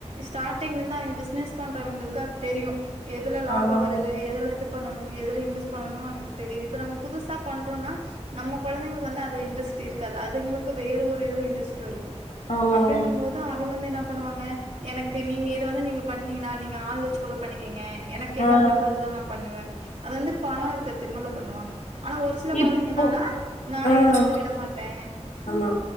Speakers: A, on the right; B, on the left.
A: ஸ்டார்ட்டிங்ல இருந்து அவிய்ங்க பிசினஸ் பண்றவங்களுக்கு அது தெரியு எதுல லாபோ
B: ஆமாங்க
A: வருது எதுல எது பண்ணனு எதுல இன்வெஸ் பண்ணணு அவுங்களுக்கு தெரிது இப்ப நம்ம புதுசா பண்றோன்னா நம்ம கொழந்தைகளுக்கு வந்து அதுல இன்ட்ரெஸ்ட் டு இருக்காது அதுங்களுக்கு வேற ஒரு இதுல இன்ட்ரெஸ்ட்டு இருக்கு
B: ஆமாங்க
A: அப்டின்கபோது அவிங்க வந்து என்ன பண்ணுவாங்க எனக்கு நீங்க இத வந்து நீங்க பண்ணீங்களா நீங்க ஆள் வச்சு கூட பண்ணிக்கிங்க எனக்கு என்ன
B: ஆஹ்
A: பிடிக்குதோ அதுதா நா பண்ணுவ அது வந்து பணோ இருக்க திமிர்ல பண்ணுவாங்க ஆனா ஒரு சில கொழந்தைங்க
B: இப்போ
A: என்னானா நா
B: ஆஹ்
A: இத வந்து விடமாட்டே
B: ஆமா